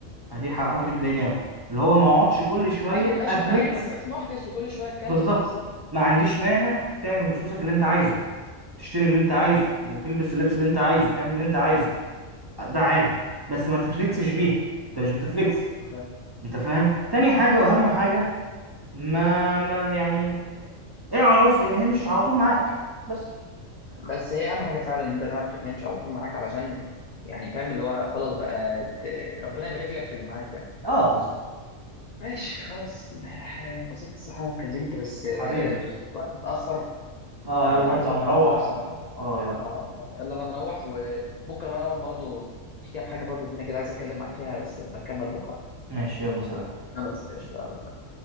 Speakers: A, on the right; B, on the left.
A: يعني دي الحركه دي بتضايقني قوي اللي هو ما اقعدش كل شويه
B: لا ما تبقاش
A: افليكس
B: م... ايوه ما تبقاش محدث وكل شويه اتكلم
A: بالظبط
B: اه بالظبط
A: ما عنديش مانع تعمل بفلوسك اللي انت عايزه تشتري اللي انت عايزه وتلبس اللبس اللي انت عايزه وتعمل اللي انت عايزه ده عادي بس ما تفليكسش بيها انت مش بتفليكس
B: فاهم؟
A: انت فاهم تاني حاجه واهم حاجه ما ما يعني اعرف ان هي مش على طول معاك بس
B: بس هي اهم حاجه فعلا ان انت تعرف ان هي مش على طول معاك علشان يعني فاهم اللي هو خلاص بقى ت... ربنا يبارك لك في اللي معاك يعني
A: اه بالظبط
B: ماشي خلاص انبسطت الصراحه إن انا اتكلمت بس آه،
A: حبيبي يس
B: الوقت اتاخر
A: اه
B: آه،
A: يلا
B: وعايز
A: نطلع
B: اقوم
A: نروح
B: انام بقى بصراحه
A: اه يلا
B: اه يلا بقى نروح وبكره بقى نقعد برضو في كام حاجه برضو هنا كده عايز اتكلم معاك فيها بس نبقى نكمل بكره
A: ماشي يلا سلام
B: خلاص قشطه يلا.